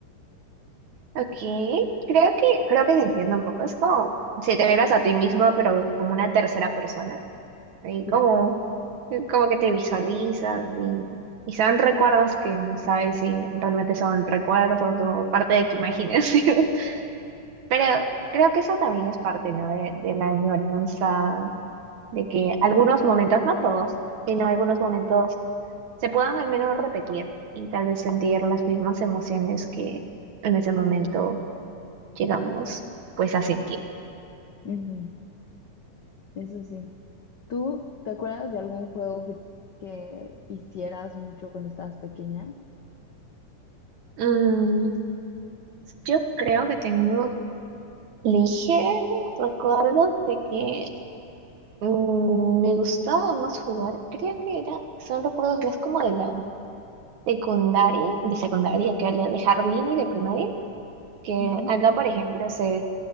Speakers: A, on the right (about 65°); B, on the left (about 85°).
A: Ok, creo que, creo que se entiende un poco. Es como si te vieras a ti mismo, pero como una tercera persona. Y
B: Sí,
A: como Como que te visualizas y, y son recuerdos que no sabes si realmente son recuerdos o parte de tu imaginación. <laughs> Pero creo que eso también es parte, ¿no? De, de la añoranza, de que algunos momentos, no todos, sino algunos momentos se puedan al menos repetir y tal vez sentir las mismas emociones que en ese momento llegamos pues a sentir.
B: ujú, Eso sí. ¿Tú te acuerdas de algún juego que, que hicieras mucho cuando estabas pequeña?
A: Mm, yo creo que tengo ligeros recuerdos de que Mm, me gustaba más jugar, creo que era, son recuerdos más como de la secundaria, de secundaria, que había de jardín y de primaria, que
B: Ujú.
A: acá, por ejemplo, se